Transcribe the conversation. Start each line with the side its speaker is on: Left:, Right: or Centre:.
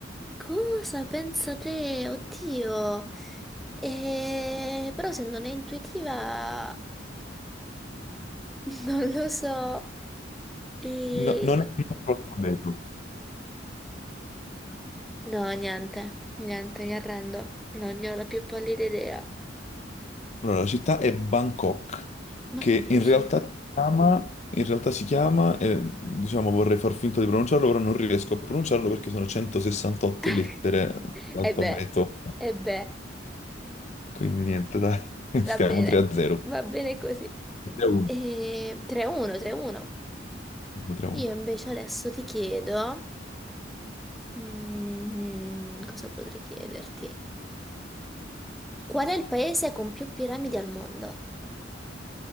Centre: Cosa pensa te? Oddio. Eh, però se non è intuitiva, <laughs> non lo so. E...
Left: No- non è il nostro alfabeto.
Centre: No, niente, niente, mi arrendo. Non ne ho la più pallida idea.
Left: Allora, la città è Bangkok,
Centre: Ma
Left: che
Centre: che dici?
Left: in realtà si chiama, in realtà si chiama eh, diciamo vorrei far finta di pronunciarlo, però non riesco a pronunciarlo perché sono 168
Centre: <laughs>
Left: lettere l'alfabeto.
Centre: E beh, e beh,
Left: Quindi niente, dai, <laughs> stiamo
Centre: va bene,
Left: 3 a 0.
Centre: va bene così.
Left: 3 a 1.
Centre: E... 3-1, 3-1.
Left: 3 a
Centre: Io
Left: 1.
Centre: invece adesso ti chiedo... Mm, cosa potrei chiederti? Qual è il paese con più piramidi al mondo?